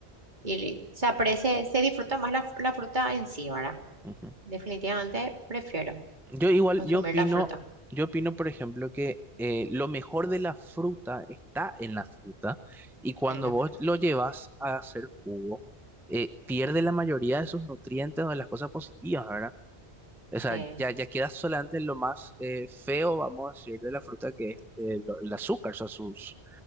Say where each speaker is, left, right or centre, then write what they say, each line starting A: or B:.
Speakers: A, on the right (about 45°); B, in the centre.
A: Y le- se aprecia, se disfruta más la, fr- la fruta en sí, ¿verdad?
B: Ujú.
A: Definitivamente prefiero
B: Yo igual,
A: consumir
B: yo opino,
A: la fruta
B: yo opino, por ejemplo, que eh, lo mejor de la fruta está en la fruta y cuando
A: en la
B: vos
A: fruta.
B: lo llevas a hacer jugo, eh, pierde la mayoría de sus nutrientes o de las cosas positivas, ¿verdad? O sea,
A: Eh,
B: ya, ya queda solamente lo más eh, feo, vamos a decir, de la fruta, que es eh, lo- el azúcar, o sea, sus,